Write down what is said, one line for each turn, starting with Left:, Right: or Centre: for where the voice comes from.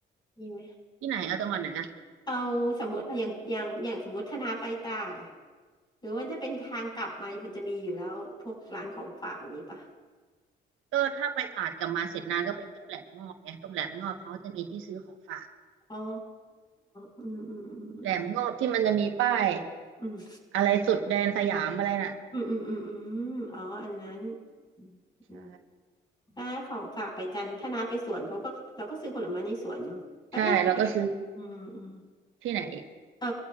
Left: มีไหม
Right: ที่ไหนเอาจังหวัดไหนอะ
Left: เอาสมมติอะอย่างอย่างอย่างสมมติธนาไปตราดอะหรือว่าจะเป็นทางกลับมามันจะมีอยู่แล้วพวกร้านของฝากอย่างนี้ปะ
Right: ก็ถ้าไปตราดกลับมาเสร็จนาก็ไปเที่ยวแหลมงอบไงตรงแหลมงอบเขาจะมีที่ซื้อของฝาก
Left: อ๋ออืมอื
Right: แหลมงอบที่มันจะมีป้าย
Left: มอืม
Right: อะไรสุดแดนสยามอะไรน่ะ
Left: อืมอืมอืมอืมอืมอ๋ออันนั้นอืม
Right: ใช่
Left: ถ้าของฝากไปจันทร์ถ้าน้าไปสวนเขาก็เราก็ซื้อผลไม้ในสวนเนาะแล้วถ้าไป
Right: ใช่แล้วก็ซื้อ
Left: อืมอืม
Right: ที่ไหนอีก
Left: เออ